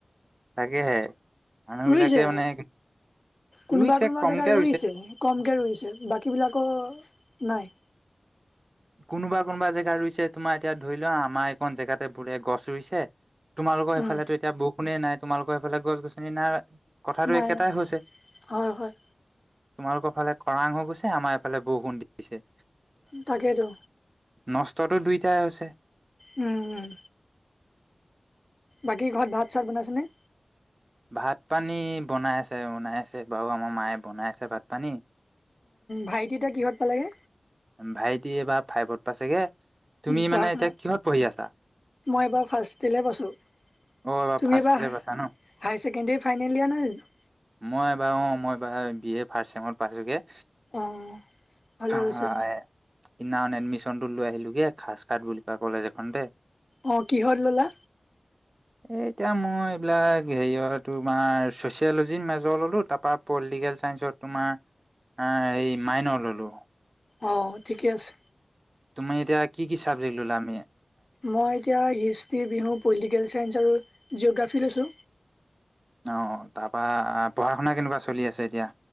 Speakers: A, on the right; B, on the left.
A: তাকেহে, মানুহ
B: ৰুইছে
A: বিলাকে মানে।
B: কোনোবা
A: ৰুইছে
B: কোনোবা
A: কমকে
B: জেগা ৰুইছে কমকে ৰুইছে বাকীবিলাক নাই।
A: কোনোবা কোনোবা জেগা ৰুইছে তোমাৰ এতিয়া ধৰি লোৱা আমাৰ এইকখন জেগাতে বোৰে গছ ৰুইছে। তোমালোকৰ সেইফালেতো
B: উম
A: এতিয়া বৰষুণে নাই তোমালোকৰ সফে গছ গছনি নাই। কথাটো
B: নাই
A: একেটাই
B: নাই
A: হৈছে। তোমালোকৰ
B: হয় হয়
A: ফালে খৰাং হৈ গৈছে আমাৰ এইফালে বৰষুণ দিছে।
B: তাকেইতো।
A: নষ্টটো দুইটাই হৈছে।
B: উম উম। বাকী ঘৰত ভাত চাত বনাইছেনে।
A: ভাত পানী বনাই আছে বনাই আছে বাৰু আমাৰ মায়ে বনাই আছে ভাত পানী।
B: ভাইটিউতা কিহত পালেগে।
A: ভাইটি এইবাৰ ফাইভত পাইছেগে। তুমি
B: পঢ়া
A: মানে এতিয়া
B: শুনাত,
A: কিহত পঢ়ি আছা
B: মই এবাৰ ফাৰ্ষ্ট টিলেই পাইছোঁ। তুমি,
A: অ এইবাৰ ফাৰ্ষ্ট
B: এবাৰ
A: ইয়েৰ
B: হায়াৰ
A: পাইছা ন
B: ছেকেণ্ডেৰী ফাইনেল ইয়োৰ নাই জানো।
A: মই এইবাৰ অ মই এইবাৰ বি এ ফাৰ্ষ্ট চেমত পাইছোগে।
B: অ, ভালে।
A: অ,
B: হৈছে
A: সিদিনাখন এডমিশ্যনটো লৈ আহিলোগে খাজ কাট বুলি কোৱা কলেজ এখন তে।
B: অ কিহত ল'লা
A: এ এতিয়া মই এইবিলাক হেৰিয় তোমাৰ চচিয়লজিৰ মেজৰ ল'লো তাপা পলিটিকেল চাইন্সত, তোমাৰ মাইনৰ ললো।
B: অ ঠিকে আছে।
A: তুমি এতিয়া কি কি চাবজেক্ট ললা মে।
B: মই এতিয়া হিষ্ট্ৰি, বিহু, পলিটিকেল চাইন্স আৰু জিঅ'গ্ৰাফী লৈছোঁ।
A: অ তাৰ পৰা, পঢ়া শুনা কেনেকুৱা চলি আছে এতিয়া।